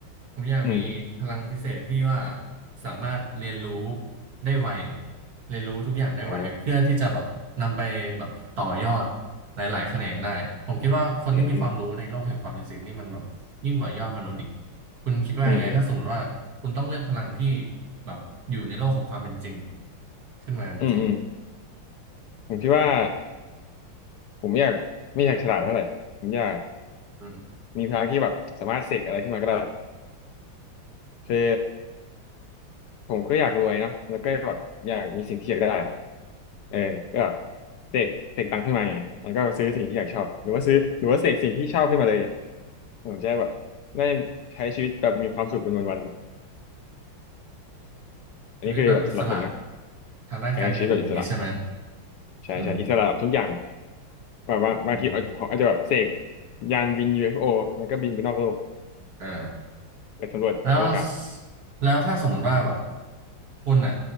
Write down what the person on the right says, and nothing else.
ผมอยากมีพลังพิเศษที่ว่า
สามารถเรียนรู้ได้ไวเรียนรู้ทุกอย่างได้ไวเพื่อที่จะแบบนำไปแบบต่อยอดหลายๆแขนงได้ผมคิดว่าคนที่มีความรู้ในโลกแห่งความเป็นจริงนี่มันแบบยิ่งกว่ายอดมนุษย์อีก
คุณคิดว่ายังไงถ้าสมมติว่าคุณต้องเลือกพลังที่
แบบอยู่ในโลกของความเป็นจริงขึ้นมาจริง
อืม
ชีวิตแบบอิสระทางด้านการเงินอย่างนี้ใช่ไหม
อืม
อืม
อ่า
แล้วแล้วถ้าสมมติว่าแบบคุณอ่ะ